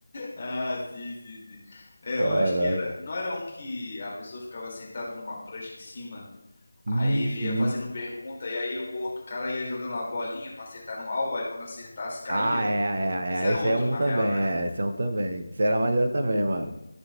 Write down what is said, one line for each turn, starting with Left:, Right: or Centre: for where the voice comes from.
Left: Ah, sim, sim, sim. É,
Right: Caraca.
Left: eu acho que era, não era um que a pessoa ficava sentada numa prancha em cima,
Right: Isso,
Left: aí ele ia
Right: isso.
Left: fazendo pergunta, e aí o outro cara ia jogando uma bolinha pra acertar no alvo, aí quando acertasse caía.
Right: Ah, é,
Left: Esse é
Right: é, é. Esse
Left: outro,
Right: aí é um
Left: na
Right: também,
Left: real, né?
Right: é. Esse é um também. Esse era maneiro também, mano.